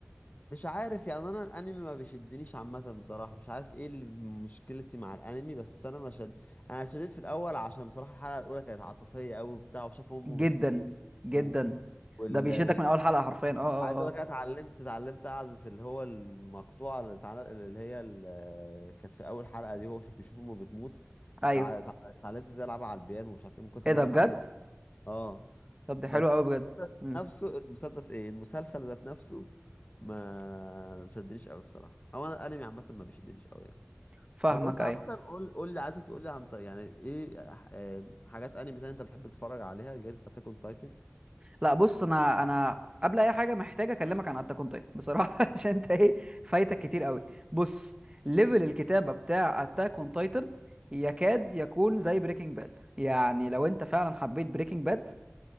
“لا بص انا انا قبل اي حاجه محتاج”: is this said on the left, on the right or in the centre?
Right